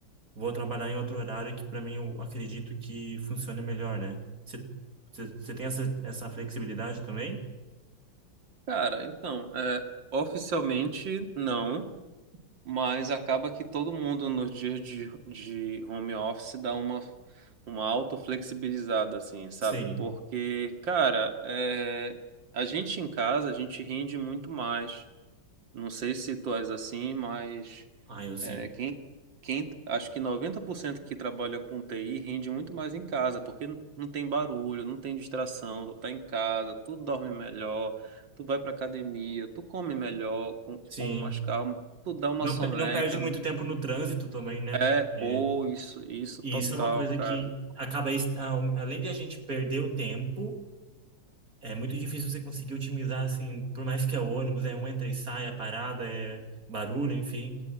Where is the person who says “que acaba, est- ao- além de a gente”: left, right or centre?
Right